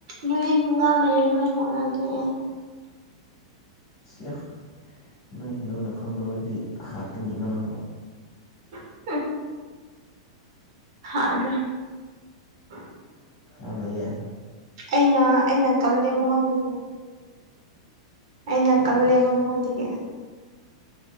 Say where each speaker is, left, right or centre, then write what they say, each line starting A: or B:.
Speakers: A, on the right; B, on the left.
A: ꯃꯔꯤ ꯃꯉꯥ ꯂꯩꯅꯉꯥꯏ ꯍꫭꯠꯅꯒꯦ꯫
B: ꯆꯌꯥ ꯅꯣꯏ ꯍꯦꯔꫭꯅ ꯈꯪꯗꫭꯛꯑꯗꯤ ꯍꯥꯠꯀꯅꯤꯀꫭ ꯅꯪꯕꯨ꯫
A: <unintelligible> <unintelligible>
B: ꯑ ꯂꯩꯌꯦ
A: ꯑꯩꯅ ꯑꯩꯅ ꯀꯜꯂꯦ ꯃꯉꯣꯟꯗꯒꯤ꯫ ꯑꯩꯅ
B: ꯁꯕꯥꯁ
A: ꯀꯜꯂꯦꯕ ꯃꯉꯣꯟꯗꯒꯤ꯫